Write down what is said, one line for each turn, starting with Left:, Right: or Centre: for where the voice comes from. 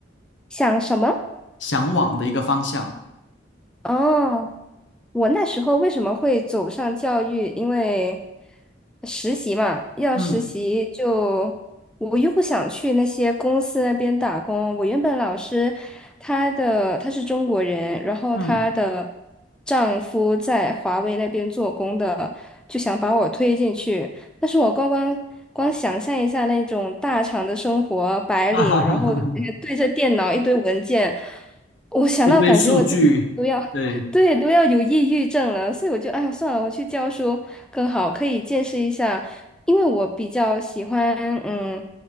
Centre: 想什么？
Left: 向往的一个方向。
Centre: 哦。我那时候为什么会走上教育？因为实习嘛，要实习就我又不想去那些公司那边打工。
Left: 嗯
Centre: 我原本老师他的他是中国人，然后她的
Left: 嗯，
Centre: 丈夫在华为那边做工的，就想把我推进去。但是我光光光想象一下那种大厂的生活，白领，
Left: <laughs> 哈哈哈哈。
Centre: 然后对着电脑一堆文件，我想到感觉我自己。
Left: 一堆数据，
Centre: 都要对，
Left: 对，
Centre: 都要有抑郁症了，所以我就哎呀算了，我去教书更好，可以见识一下，因为我比较喜欢，嗯，